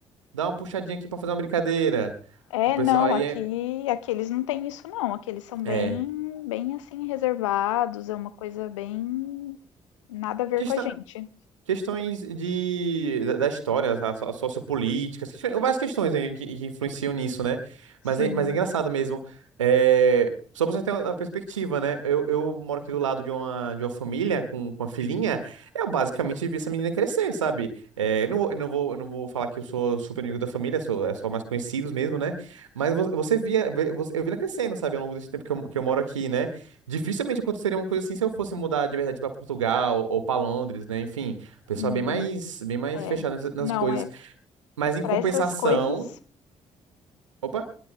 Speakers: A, on the right; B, on the left.
A: Dá uma puxadinha aqui pra fazer uma brincadeira.
B: É,
A: O pessoal
B: não,
A: aí
B: aqui
A: é.
B: aqui eles não têm isso não, aqui eles são bem
A: É.
B: bem assim reservados, é uma coisa bem nada a ver
A: Questão-
B: com a gente.
A: Questões de, da da história, tá? So- sociopolíticas, questões- várias questões né, que, que influenciam nisso, né?
B: Sim.
A: Mas é, mas é engraçado mesmo. É, só pra você ter uma perspectiva, né? Eu, eu moro aqui do lado de uma, de uma família com, com uma filhinha. Eu basicamente vi essa menina crescer, sabe? É, não, vou- não vou, não vou falar que eu sou super amigo da família, sou, é só mais conhecidos mesmo, né? Mas vo- você via, vê- você- eu vi ela crescendo, sabe? Ao longo desse tempo que eu, que eu moro aqui, né? Dificilmente aconteceria uma coisa assim se eu fosse mudar de verdade pra Portugal ou pra Londres, né? Enfim. Pessoal
B: Hum,
A: bem mais, bem mais
B: é.
A: fechado nessas nas
B: Não,
A: coisas.
B: é
A: Mas em
B: para
A: compensação.
B: essas coisas
A: Opa,